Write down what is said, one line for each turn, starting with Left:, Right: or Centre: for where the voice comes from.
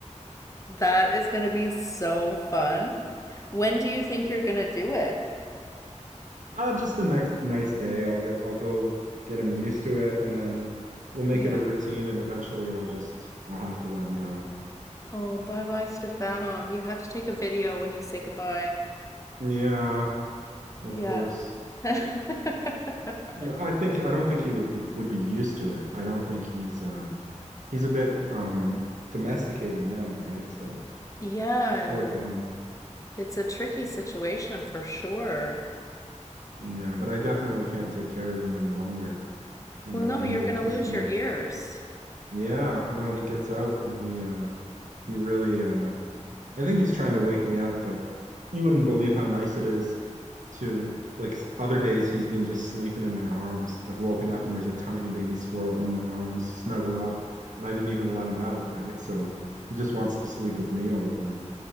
Left: That is going to be so fun. When do you think you're going to do it?
Right: Uh, just the next nice day, I'll get I'll go get him used to it, and then we'll make
Left: Yeah.
Right: it a routine, and eventually I'll just I'll have to let him go.
Left: Oh, bye bye, Stefano. You have to take a video when you say goodbye.
Right: Yeah, of
Left: Yeah.
Right: course.
Left: <laughs>
Right: No, I think I don't think he would be would be used to it. I don't think he's uh he's a bit um domesticated now, right? So
Left: Yeah,
Right: poor guy.
Left: it's a tricky situation for sure.
Right: Yeah, but I definitely can't take care of him any longer. You
Left: Well,
Right: know,
Left: no,
Right: he
Left: you're
Right: might
Left: going
Right: he's
Left: to lose
Right: gonna
Left: your ears.
Right: yeah, no, he gets out and he uh he really uh I think he's trying to wake me up, but you wouldn't believe how nice it is to like s- other days he's been just sleeping in my arms. I've woken
Left: Oh.
Right: up and there's a tiny baby squirrel in my arms, snuggled up, and I didn't even let him out, right? So he just wants to sleep with me all the time.